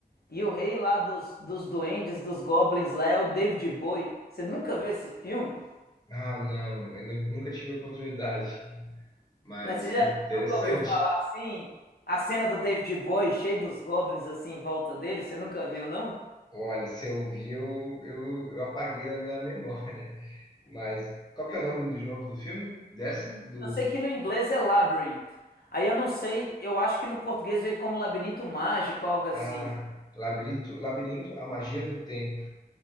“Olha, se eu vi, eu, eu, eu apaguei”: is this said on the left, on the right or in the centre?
Left